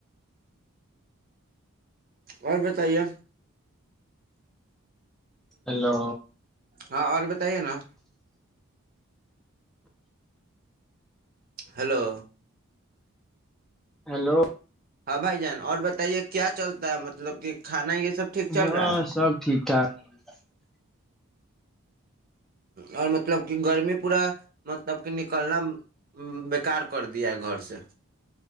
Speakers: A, on the right; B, in the centre.
A: اور بتائیے ہوں
B: ہلو
A: ہاں اور بتائیے نا ہلو
B: ہیلو
A: ہاں بھائی جان اور بتائیے کیا چلتا ہے مطلب کہ کھانا یہ سب ٹھیک چل
B: ہاں
A: رہا ہے
B: سب <inaudible>
A: اور مطلب کہ گرمی پورا مطلب کہ نکلنا بیکار کر دیا گھر سے